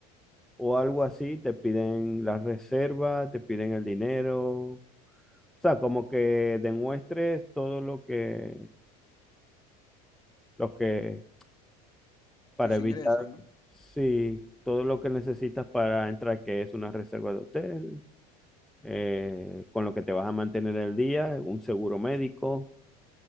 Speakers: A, in the centre; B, on the left.
A: o algo así, te piden la reserva, te piden el dinero. O sea, como que demuestres todo lo que, lo que, para
B: tus
A: evitar,
B: ingresos, ¿no?
A: sí, todo lo que necesitas para entrar, que es una reserva de hotel, eh, con lo que te vas a mantener el día, un seguro médico